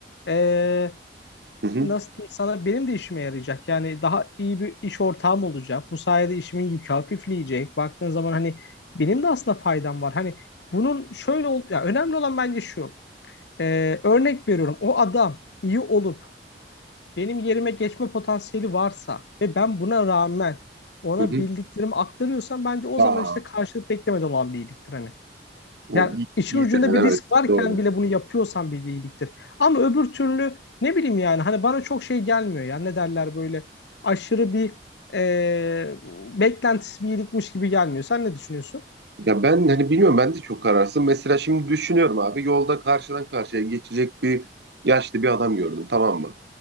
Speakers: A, on the left; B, on the right.
A: e,
B: hı hı.
A: nasıl diyeyim sana benim de işime yarayacak. Yani daha iyi bir iş ortağım olacak. Bu sayede işimin yükü hafifleyecek. Baktığın zaman hani benim de aslında faydam var. Hani bunun şöyle ol ya önemli olan bence şu. Ee, örnek veriyorum. O adam iyi olup benim yerime geçme potansiyeli varsa ve ben buna rağmen ona
B: hı hı.
A: bildiklerimi aktarıyorsam bence o
B: Aa,
A: zaman işte karşılık beklemeden olan bir iyiliktir hani. Yani
B: o iyi,
A: işin
B: iyi
A: ucunda
B: dedin
A: bir
B: evet
A: risk varken
B: doğru.
A: bile bunu yapıyorsan bir iyiliktir. Ama öbür türlü ne bileyim yani hani bana çok şey gelmiyor ya ne derler böyle aşırı bir e, beklentisi bir iyilikmiş gibi gelmiyor. Sen ne düşünüyorsun?
B: Ya ben hani bilmiyorum ben de çok kararsın. Mesela şimdi düşünüyorum abi yolda karşıdan karşıya geçecek bir yaşlı bir adam gördüm tamam mı?